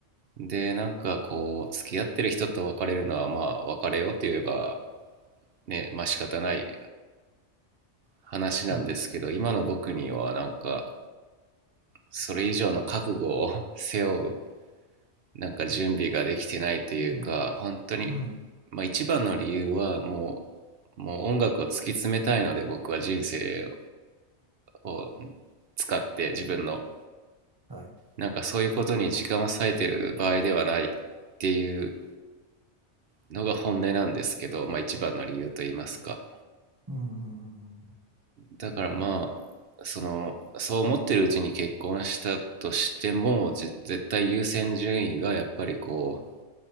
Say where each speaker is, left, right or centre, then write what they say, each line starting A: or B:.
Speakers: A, on the right; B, on the right.
A: で、なんかこう、付き合ってる人と別れるのは、まあ、別れようって言えば、ね、まあ仕方ない話なんですけど、
B: うん、
A: 今の僕にはなんか、それ以上の覚悟を <laughs> 背負う、なんか準備ができてないというか、
B: うん、
A: 本当に、
B: うん、
A: まあ一番の理由はもう、もう音楽を突き詰めたいので、僕は人生を使って自分の、
B: はい、
A: なんかそういうことに時間を割いてる場合ではないっていうのが本音なんですけど、まあ一番の理由と言いますか。
B: うん、うん、
A: だからまあそのそう思ってるうちに結婚したとしてもぜ絶対優先順位がやっぱりこう